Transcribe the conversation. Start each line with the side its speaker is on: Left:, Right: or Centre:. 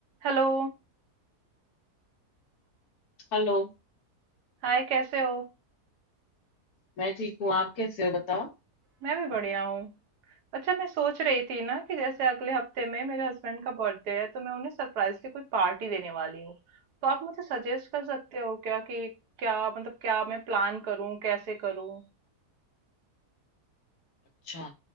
Right: Hello
Left: Hello
Right: Hi कैसे हो
Left: मैं ठीक हूँ आप कैसे हो बताओ
Right: मैं भी बढ़िया हूँ अच्छा मैं सोच रही थी ना कि जैसे अगले हफ्ते में मेरे हस्बैंड का बर्थडे है तो मैं उन्हें सरप्राइजली कोई पार्टी देने वाली हूँ तो आप मुझे सजेस्ट कर सकते हो क्या कि क्या मतलब क्या मैं प्लान करूँ कैसे करूँ
Left: अच्छा